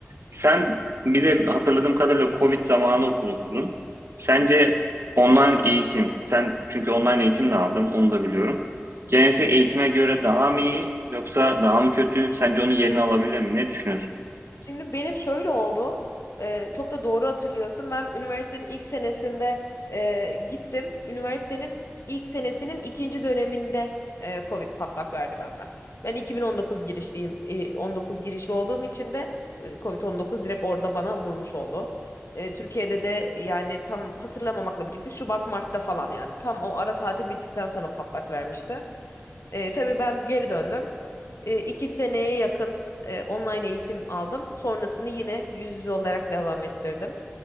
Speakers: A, on the right; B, on the left.
A: Sen bir de hatırladığım kadarıyla Covid zamanı okul okudun. Sence online eğitim, sen çünkü online eğitim de aldın, onu da biliyorum.
B: Hı.
A: Geleneksel eğitime göre daha mı iyi yoksa daha mı kötü? Sence onun yerini alabilir mi? Ne düşünüyorsun?
B: Şimdi benim şöyle oldu. Ee, çok da doğru hatırlıyorsun. Ben üniversitenin ilk senesinde e, gittim. Üniversitenin ilk senesinin ikinci döneminde e, Covid patlak verdi bende. Ben 2019 girişliyim. E, 19 girişli olduğum için de e, Covid-19 direkt orada bana vurmuş oldu. E, Türkiye'de de yani tam hatırlamamakla birlikte Şubat Mart'ta falan yani tam o ara tatil bittikten sonra patlak vermişti. E, tabii ben geri döndüm. E, iki seneye yakın e, online eğitim aldım. Sonrasını yine yüz yüze olarak devam ettirdim.